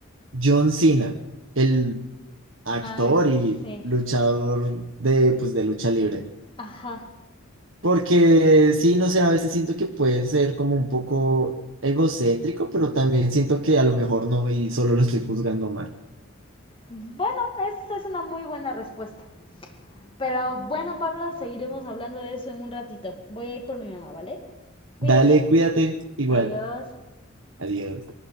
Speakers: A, on the right; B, on the left.
A: John Cena, el actor
B: Ah,
A: y
B: sí.
A: luchador de, pues, de lucha libre.
B: Ajá.
A: Porque sí, no sé, a veces siento que puede ser como un poco egocéntrico, pero también siento que a lo mejor no y solo lo estoy juzgando mal.
B: Bueno, esa es una muy buena respuesta. Pero bueno, Pablo, seguiremos hablando de eso en un ratito. Voy a ir por mi mamá, ¿vale? Cuídate.
A: Dale, cuídate. Igual,
B: Adiós.
A: adiós.